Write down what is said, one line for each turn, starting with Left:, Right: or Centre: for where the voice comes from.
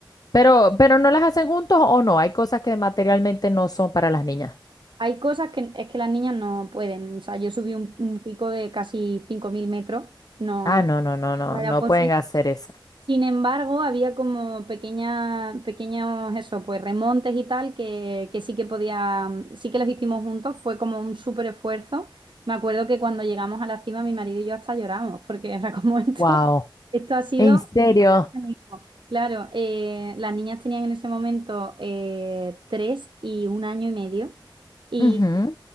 Left: Pero, pero no las hacen juntos o no, hay cosas que materialmente no son para las niñas.
Right: hay cosas que es que las niñas no pueden. O sea, yo subí un, un pico de casi 5.000 metros, no,
Left: Ah, no, no, no, no,
Right: no era
Left: no
Right: posible.
Left: pueden hacer eso.
Right: Sin embargo, había como pequeña, pequeños, eso, pues remontes y tal, que, que sí que podía, sí que los hicimos juntos, fue como un súper esfuerzo. Me acuerdo que cuando llegamos a la cima, mi marido y yo hasta lloramos, porque era como <laughs> esto,
Left: Wow,
Right: esto ha sido...
Left: ¿en serio?
Right: magnífico. Claro, eh, las niñas tenían en ese momento eh, tres y un año y medio, y,
Left: Ujú,